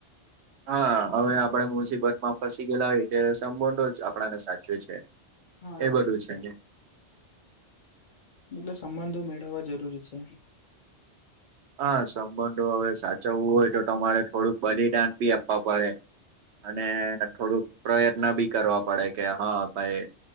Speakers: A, on the right (about 70°); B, on the left (about 55°).
A: હા હવે આપડે મુસીબત માં ફસી ગયેલા હોય ત્યારે સંબંધો જ આપણાને સાચવે છે.
B: હા,
A: એ
B: એમ
A: બધું
B: એજ છે.
A: ને
B: એટલે સંબંધો મેળવવા જરૂરી છે.
A: હા, સંબંધો હવે સાચવવું હોય તો તમારે થોડુંક બલિદાન બી આપવા પડે. અને થોડુંક પ્રયત્ન બી કરવા પડે કે હા ભાઈ